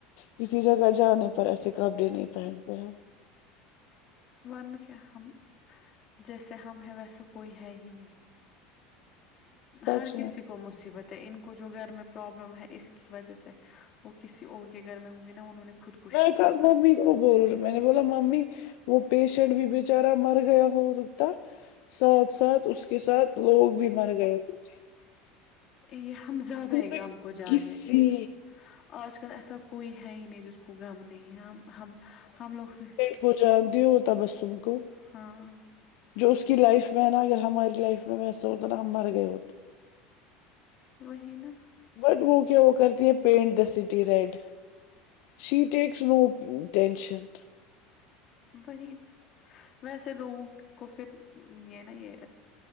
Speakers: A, on the left; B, on the left.
A: کسی جگہ جانے پر ایسے کپڑے نہیں پہنتے ہیں
B: ورنہ کیا ہم جیسے ہم ہیں ویسا کوئی ہے ہی نہیں
A: سچ
B: ہر
A: میں
B: کسی کو مصیبت ہے ان کو جو گھر میں پرابلم ہے اس کی وجہ سے وہ کسی اور کے گھر میں ہوگی نا انہوں نے خودکشی
A: میں نے
B: کی
A: کل
B: ہوگی۔
A: ممی کو بول رہی میں نے بولا ممی وہ پیشنٹ بھی بچارا مر گیا ہو سکتا ساتھ ساتھ اس کے ساتھ لوگ بھی مر گئے ہوتے
B: یے ہم زیادہ ہی
A: نے
B: ہم گم کو جائے
A: کسی
B: دیتے ہیں آج کل ایسا کوئی ہے ہی نہیں جس کو گم نہیں ہے ہم ہم ہم لوگ پھر
A: پھر جانتی ہو وہ تبسم کو
B: ہاں
A: جو اس کی لائف میں ہے نا اگر ہماری لائف میں ویسا ہوتا نا ہم مر گئے ہوتے
B: وہی نا
A: بٹ وہ کیا وہ کرتی ہے پینٹ دا سٹی ریڈ سی ٹیکس نو ٹینشن
B: وہی نا ویسے لوگوں کو پھر یے نا یے